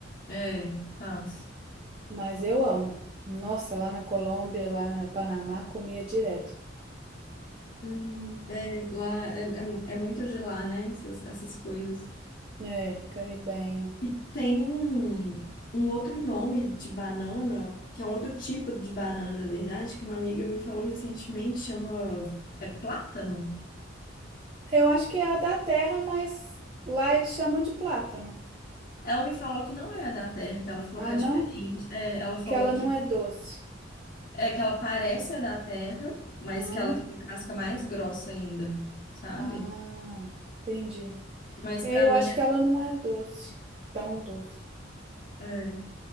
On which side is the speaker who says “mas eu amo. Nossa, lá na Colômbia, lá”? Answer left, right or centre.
Right